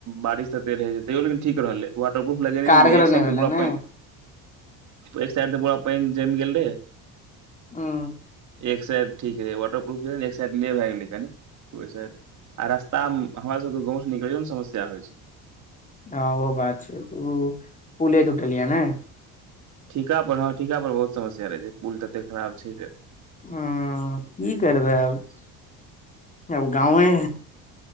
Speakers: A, on the right; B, on the left.
A: बारिश तऽ तै रहै छै तैयो लिन ठीक रहलै वाटरप्रूफ लगेने
B: कारगर
A: लेकिन एक
B: नहि
A: साइड
B: भेलै
A: तऽ पूरा
B: ने
A: पाइन एक साइड तऽ पूरा पाइन जैम गेल रहे
B: <unintelligible>
A: एक साइड ठीक रहै वाटरपूफ रह एक साइड ले भैऽ गेलै कनी ओ साइड आ रास्ता में हमरा सबक गाँव स निकलैयै न समस्या होइ छै
B: हँ ओ बात छै <inaudible> उऽ पुले टूटलियै नै
A: ठीका पर हँ ठीका पर बहुत समस्या रहे छै पुल तते खराब छै जे
B: ह की करबै अब <inaudible> जब गाँवए